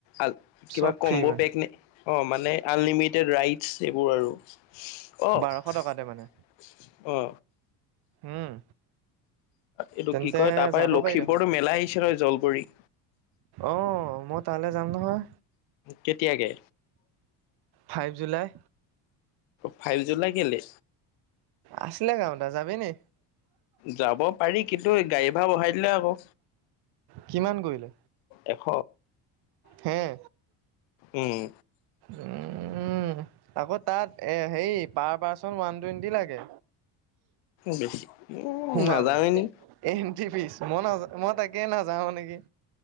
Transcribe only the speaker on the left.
আ
কিবা
কম্ব
পেক নে অ মানে আনলিমিটেড ৰাইটছ এইবোৰ আৰু। অ
অ।
এইটো
কি কয় তাৰপৰা
লখিমপুৰতো
মেলা আহিছে নহয় জলপৰী।
কেতিয়াকে?
Five July কেলে?
যাব পাৰি কিন্তু গাড়ী ভাড়া বঢ়াই দিলে আকৌ।
এশ
উম।
বেছি উম
নাযাওৱে নি